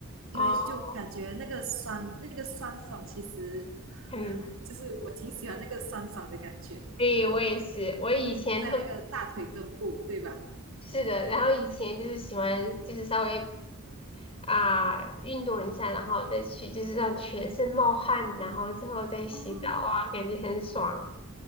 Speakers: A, on the right (about 65°); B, on the left (about 25°).
A: 因为就感觉那个酸那个酸爽，
B: 哦，
A: 其实
B: 嗯，
A: 就是我挺喜欢那个酸爽的感觉，
B: 对，我也是，我以前特别
A: 在那个大腿根部，对吧？
B: 是的，然后以前就是喜欢就是稍微啊、运动一下，然后再去就是让全身冒汗，然后之后再洗澡啊，
A: 哦，
B: 感觉很爽。